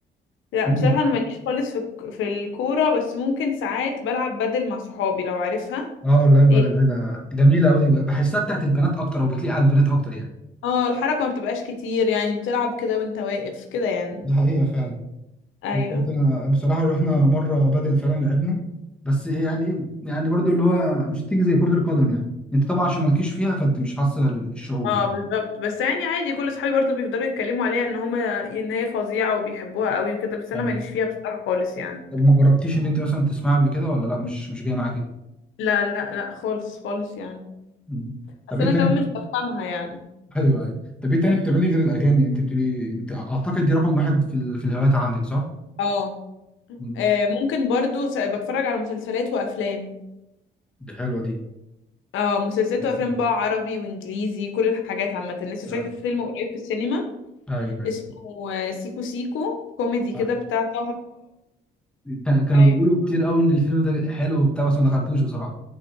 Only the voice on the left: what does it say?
لا
بصراحة أنا ماليش خالص في الك- في الكورة بس ممكن ساعات بلعب بدل مع صحابي لو عارفها
هي
اه الحركة ما بتبقاش كتير يعني بتلعب كده وانت واقف كده يعني
ايوه
اه
بالظبط بس يعني عادي كل صحابي برضه بيفضلوا يتكلموا عليها ان هما ان هي فظيعة وبيحبوها قوي وكده بس
انا ماليش فيها بصراحة خالص يعني
لا لا لا خالص خالص يعني
بس
انا
كمان مش بفهمها يعني
اه
آه، ممكن برضو س- بتفرج على مسلسلات وافلام
اه مسلسلات
وافلام
بقى عربي وانجليزي كل الحاجات عامه لسه
شايفه فيلم قريب في السينما
اسمه آه، سيكو سيكو كوميدي كده
بتاع طه
ايوه